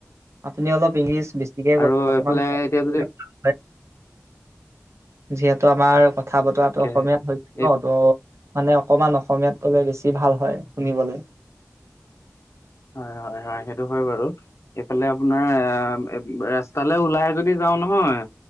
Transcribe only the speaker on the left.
আৰু
এইফালে
এতিয়া যদি
তাকেহে
এই
হয়, হয়, হয়, সেইটো হয় বাৰু। ফালে আপোনাৰ এ তালৈ ওলাই যদি যাও নহয়,